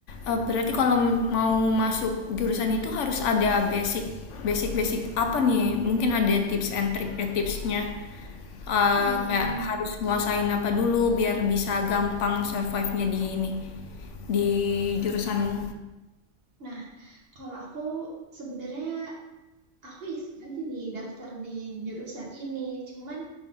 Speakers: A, on the left (about 75°); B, on the right (about 50°).
A: Eh, berarti kalau mau masuk jurusan itu harus ada basic basic basic apa nih? Mungkin ada tips and trick eh, tipsnya. Eh,
B: Hmm,
A: kayak harus nguasain apa dulu biar bisa gampang survive-nya di ini di jurusanmu.
B: nah kalau aku sebenarnya aku iseng aja nih daftar di jurusan ini cuman